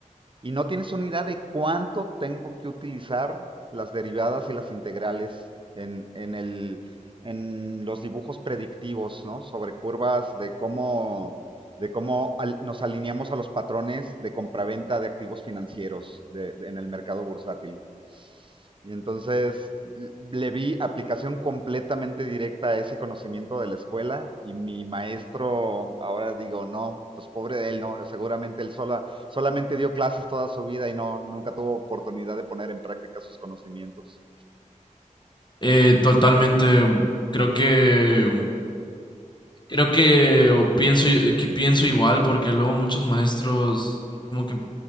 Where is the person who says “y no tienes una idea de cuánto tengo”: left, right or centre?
Right